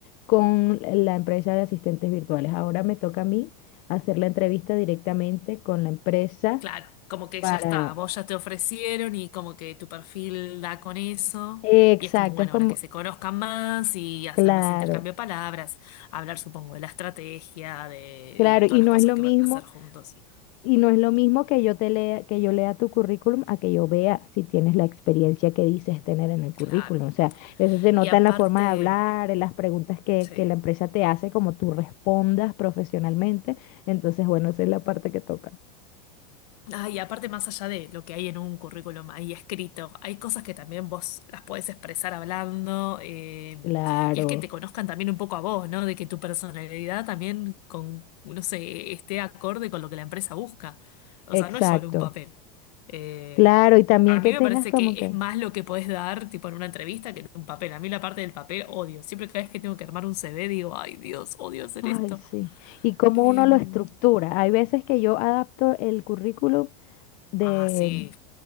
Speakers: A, on the left (about 40°); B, on the left (about 70°).
A: con la empresa de asistentes virtuales. Ahora me toca a mí hacer la entrevista directamente con la empresa
B: claro. Como que
A: para...
B: ya está, vos ya te ofrecieron y como que tu perfil da con eso.
A: Exacto,
B: Y es como, bueno,
A: es como,
B: ahora que se conozcan más y hacer
A: claro,
B: más intercambio de palabras, hablar, supongo, de la estrategia de,
A: claro,
B: y de todas
A: y
B: las
A: no
B: cosas
A: es lo
B: que
A: mismo,
B: van a hacer juntos.
A: y no es lo mismo que yo te lea, que yo lea tu currículum a que yo vea si tienes la experiencia que dices tener en el currículum.
B: Claro.
A: O sea, eso se nota
B: Y aparte,
A: en la forma de hablar, en las preguntas que,
B: sí.
A: que la empresa te hace, como tú respondas profesionalmente. Entonces, bueno, esa es la parte que toca.
B: Ah, y aparte, más allá de lo que hay en un currículum ahí escrito, hay cosas que también vos las podés expresar hablando, eh,
A: Claro,
B: y es que te conozcan también un poco a vos, ¿no? De que tu personalidad también con, no sé, esté acorde con lo que la empresa busca. O
A: exacto.
B: sea, no es solo un papel. Eh,
A: Claro, y también
B: a mí
A: que
B: me
A: tengas
B: parece
A: como
B: que
A: que,
B: es más lo que podés dar, tipo en una entrevista, que en un papel. A mí la parte del papel odio. Siempre cada vez que tengo que armar un CV digo, ay Dios, odio hacer
A: ay,
B: esto.
A: sí, y cómo
B: Em,
A: uno lo estructura. Hay veces que yo adapto el currículum de,
B: ah, sí,
A: mm,